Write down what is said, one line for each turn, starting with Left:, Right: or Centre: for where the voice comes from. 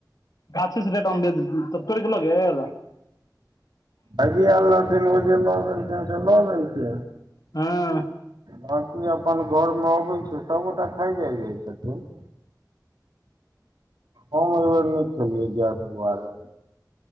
Left: गाछ रेट तऽ तोड़ क लोे <unintelligible>
Right: आजी आयल रहथिन ओ जे लऽ गेलखिन से लऽ गेलखिन
Left: हँ
Right: बाँछी अपन घरमे अबैत छै, सभगोटा खाइ जाइत रह छथिन। हम एहिवर नै खेलिए गैस दुआरे